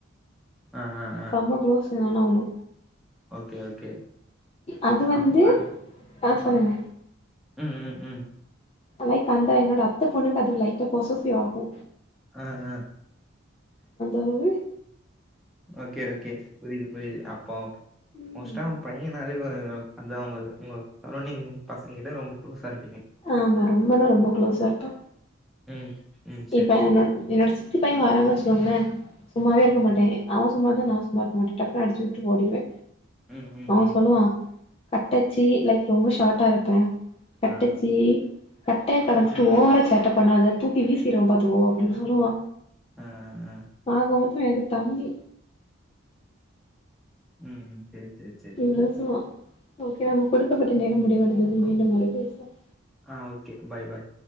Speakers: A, in the centre; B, on the left (about 30°).
A: அ அ
B: செம குளோஸ்ங்க நாங்க
A: ஓகே ஓகே.
B: அது வந்து
A: அப்போ அது
B: ஆ சொல்லுங்க
A: ம் ம் ம்
B: லைக் அந்த என்னோட அத்த பொண்ணுக்கு அது லைட்டா பொஸஸ்ஸிவ் ஆகு
A: ஆஹ
B: என்னது
A: ஓகே ஓகே புரியுது புரியுது அப்போ
B: ம்
A: மோஸ்டா பையனால அந்தா உங்க உங்க சரௌண்டிங் பசங்க கிட்ட ரொம்ப குளோஸா இருப்பீங்க
B: ஆமா ரொம்பனா ரொம்ப குளோஸா இருப்பே
A: ம் ம் சரி
B: இப்ப
A: சரி
B: என்னோ என்னோட சித்தி பைய வாராங்க வச்சுக்கோங்களே சும்மாவே இருக்க மாட்டே அவெ சும்மா இருந்தாலு நா சும் மாருக்க மாட்டே டக்குனு அடிச்சு வுட்டுட் ஓடிருவே
A: ம் ம்
B: அவ
A: ம்
B: சொல்லுவா கட்டச்சி லைக் ரொம்ப ஷார்ட்டா இருப்பே கட்டச்சி
A: ஆ
B: கட்டையா பெறந்துட்டு
A: குட்டச்சி
B: ஓவரா சேட்ட பண்ணாத தூக்கி வீசி சீருவே பாத்துக்கோ அப்டின்னு சொல்லுவா
A: ஆ ஆ
B: ஆக மொத்தொ எனக்கு தம்பி
A: ம் ம் சரி சரி சரி
B: இலவசமா ஓகே வா நமக்கு கொடுக்கப்பட்ட நேரம் முடிவடைந்தது
A: ஆ
B: மீண்டும் ஒரு பேசுவோம்
A: ஆ ஓகே பாய் பாய்